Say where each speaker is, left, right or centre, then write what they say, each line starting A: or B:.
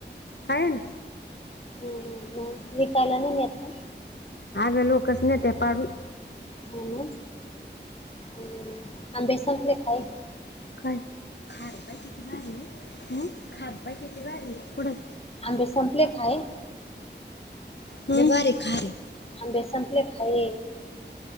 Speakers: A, on the left (about 70°); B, on the left (about 30°).
A: हाय ना.
B: हम्म हम्म मग विकायला नाही मिळत का?
A: आज लोकं न ते पाडू
B: हो ना, हम्म, आंबे संपले काय?
A: काय? खारपाय किती झाले? हम्म? खारपाय किती झाले? कुठंय?
B: आंबे संपले काय?
A: लईभारी खारी.
B: आंबे संपले काय